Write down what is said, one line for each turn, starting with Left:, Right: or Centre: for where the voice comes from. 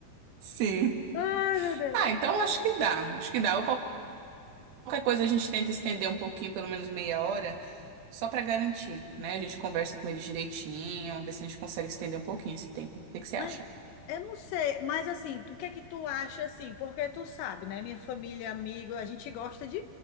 Right: Sim.
Left: Ai, meu Deus.
Right: Ah, então acho que dá. Acho que dá. Ou qual- qualquer coisa a gente tenta estender um pouquinho, pelo menos meia hora, só para garantir, né? A gente conversa com eles direitinho, ver se a gente consegue estender um pouquinho esse tempo. O que que você
Left: Mas
Right: acha?
Left: Eu não sei, mas assim, o que é que tu acha assim? Porque tu sabe, né? Minha família, amigo, a gente gosta de.